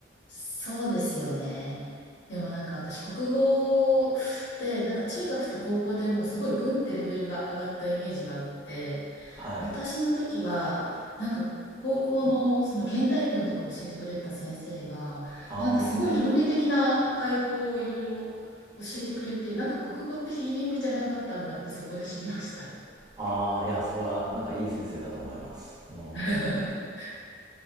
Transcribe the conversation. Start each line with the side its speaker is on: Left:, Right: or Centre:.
Left: そうですよね。でもなんか私国語でなんか中学と高校でもうすごいグンってレベルが上がったイメージがあって
Right: はい。
Left: 私の時はなんか高校のその現代文とか教えてくれた先生がなんかすごい論理的な解法をいろいろ教えてくれてなんか国語ってヒーリングじゃなかったんだってそこで知りました。
Right: ああ。ああ、いや、それはなんかいい先生だと思います。うん。
Left: <laughs>